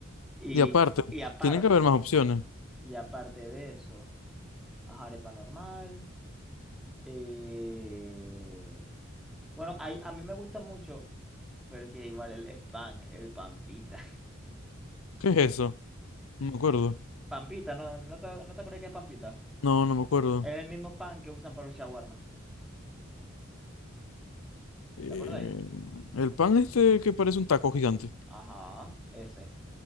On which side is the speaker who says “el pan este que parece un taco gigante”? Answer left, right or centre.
Left